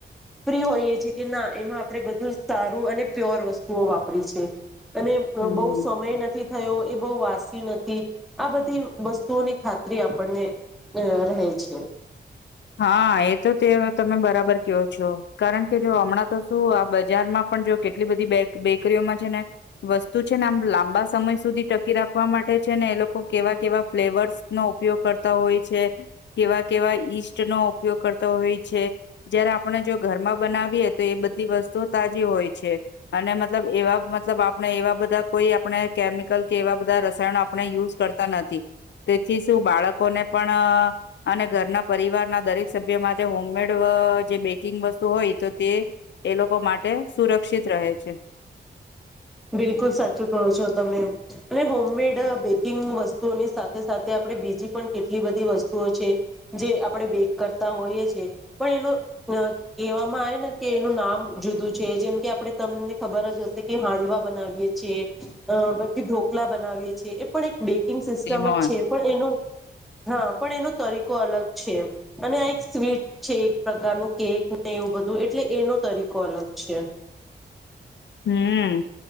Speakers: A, in the centre; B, on the left.
A: ફ્રી હોઈએ છે કે ના એમાં આપણે બધું સારું અને પ્યોર વસ્તુઓ વાપરી છે. અને
B: હમ
A: બહુ સમય નથી થયો એ બહુ વાસી નથી. આ બધી વસ્તુઓની ખાતરી આપણને રહે છે.
B: હા, એ તો તે તમે બરાબર ક્યો છો, કારણ કે જો હમણાં તો શું આ બ બજારમાં પણ જો કેટલી બધી બે બેકરીઓમાં છે, ને વસ્તુ છે ને આમ લાંબા સમય સુધી ટકી રાખવા માટે છે, ને એ લોકો કેવા કેવા ફ્લેવર્સ નો ઉપયોગ કરતા હોય છે. કેવા કેવા ઇસ્ટ નો ઉપયોગ કરતો હોય છે. જયારે આપણે જો ઘરમાં બનાવીએ તો એ બધી વસ્તુ તાજી હોય. હોય છે, અને મતલબ એવા મતલબ આપણે એવા બધા કોઈ આપણે કેમિકલ કે એવા બધા રસાયણ ના આપણે યુઝ કરતા નથી તેથી શું બાળકોને પણ અને ઘરના પરિવાર ના દરેક સભ્ય માટે હોમમેડ અ જે બેકિંગ વસ્તુ હોય તો તે એ લોકો માટે સુ સુરક્ષિત રહે છે.
A: બિલકુલ સાચું કહો છો તમે? અને હોમમેડ બેકિંગ વસ્તુઓની સાથે સાથે આપડે બીજી પણ કેટલી બધી વસ્તુઓ છે. જે આપણે બેક કરતા હોઈએ છે. એ પણ એનો કહેવામાં આવે ને કે એનું નામ જુદું છે. જેમ કે આપણે તમને ખબર જ હશે કે હાંડવા બનાવીએ છીએ. અ પછી ઢોકલા બનાવીએ છીએ, એ પણ એક બેકિંગ સિસ્ટમ
B: વીમો
A: જ છે. પણ એનો હા પણ એનો તરીકો અલગ છે અને આ એક સ્વીટ છે એક પ્રકારનું કેક ને એવું બધું એટલે એનો તરીકો અલગ અચ્છા!
B: <inaudible> હમ,